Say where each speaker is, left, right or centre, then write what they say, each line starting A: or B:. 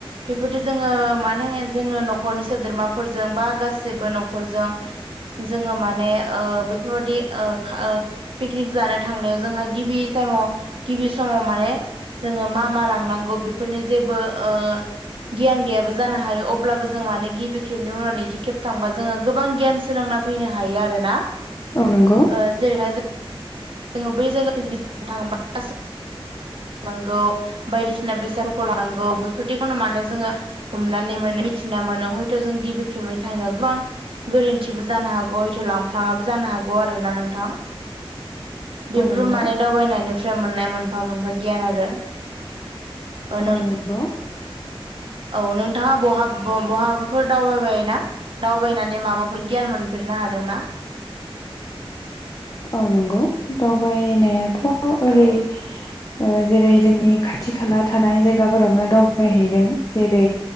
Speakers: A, on the right (about 65°); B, on the left (about 40°).
A: बेफोरदि जोङो माने जोङो न'खरनि सोद्रोमाफोरजों बा गासैबो न'खरजों जोङो माने बेफोरबादि ओ ओ पिकनिक जानो थांनायाव जोंहा गिबि टाइमाव गिबि समाव माने जोङो मा मा लांनां नांगौ बेफोरनि जेबो ओ गियान गैयाबो जानो हायो अब्लाबो जों मानो गिबि खेबनि उनाव नैथि खेब थांबा जोङो गोबां गियान सोलों ना फैनो हायो आरोना ओ
B: औ नंगौ
A: जेरैहाय जों जोङो बै जायगायाव पिकनिक खालामनो थाङोबा गासै लानांगौ बायदिसिना बेसादफोरखौ लानांगौ बेफोरदिखौनो मानो जोङो हमनानै मोनो मिथिना मोनो हयथ' जों गिबि खेबै थांनायाव गोबां गोरोन्थिबो जानो हागौ हयथ' लांफ्लाङाबो जानो हागौ आरोना नोंथां। बेफोर
B: औ नंगौ
A: माने दावबायनायनिफ्राय मोननाय मोनफा मोनफा गियान आरो। ओ
B: औ
A: नों
B: नांगौ।
A: औ नोंथाङा बहा बहाबाफोर दावबाय बाय ना दावबायनानै माबाफोर गियान मोनफेरनो हादोंना? <inaudible>
B: औ नंगौ दावबायनायाथ' ओरै
A: औ
B: जेरै जोंनि खाथि खाला थानाय जायगाफोरावनो दावबायहैदों जेरै